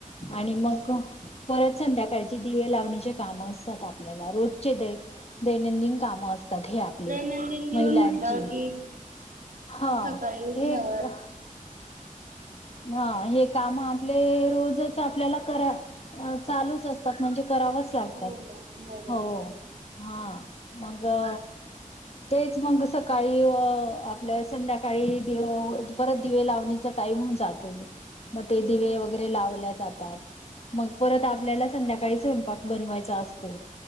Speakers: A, on the left; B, on the right.
A: आणि मग परत संध्याकाळचे दिवे लावणीचे काम असतात आपल्या रोजचे दैनंदिन काम असतात हे आपले
B: दैनंदिन जीवन
A: महिलांची
B: म्हटल्यावर कि
A: हा
B: सकाळी उठल्यावर
A: हे आ ह हे काम आपले रोज आपल्याला करा चालूच असतात म्हणजे करावच लागतात
B: हो बरोबर
A: हो हा मग अ तेच मग सकाळी आपल्या संध्याकाळी दि परत दिवे लावणीचा टाइम मग
B: बरोबर
A: ते दिवे
B: बरोबर
A: वगैरे लावल्या जातात मग परत आपल्याला संध्याकाळी स्वयंपाक बनवायचा असतो